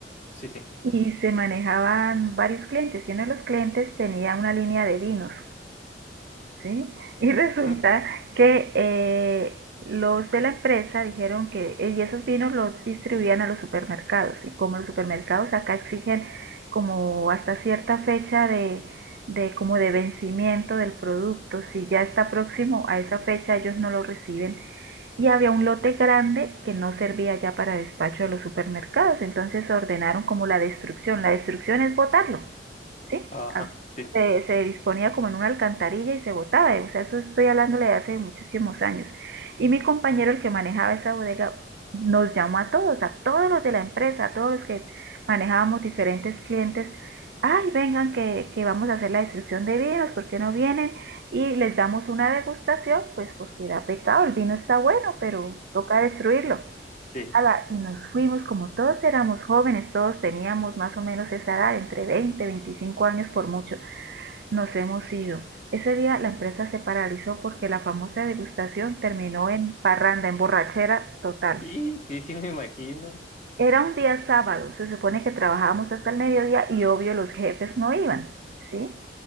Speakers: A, on the left (about 45°); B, on the right (about 65°).
A: Sí, sí.
B: y se manejaban varios clientes y uno de los clientes tenía una línea de vinos, ¿sí? Y <laughs> resulta
A: ¿Mm?
B: que eh, los de la empresa dijeron que eh, y esos vinos los distribuían a los supermercados y como los supermercados acá exigen como hasta cierta fecha de, de como de vencimiento del producto, si ya está próximo a esa fecha ellos no lo reciben y había un lote grande que no servía ya para despacho de los supermercados, entonces ordenaron como la destrucción. La destrucción es botarlo. ¿sí?
A: Ajá,
B: Ah.
A: sí,
B: Se, se disponía como en una alcantarilla y se botaba, o sea, eso estoy hablándole de hace muchísimos años. Y mi compañero, el que manejaba esa bodega, nos llamó a todos, a todos los de la empresa, a todos los que manejábamos diferentes clientes, ay, vengan que, que vamos a hacer la destrucción de vinos, ¿por qué no vienen? Y les damos una degustación, pues porque da pecado, el vino está bueno, pero toca destruirlo.
A: sí.
B: Ala, y nos fuimos, como todos éramos jóvenes, todos teníamos más o menos esa edad, entre 20 25 años por mucho, nos hemos ido. Ese día la empresa se paralizó porque la famosa degustación terminó en parranda, en borrachera total.
A: Sí, sí, sí, me imagino.
B: Era un día sábado, se supone que trabajábamos hasta el mediodía y obvio los jefes no iban, ¿sí?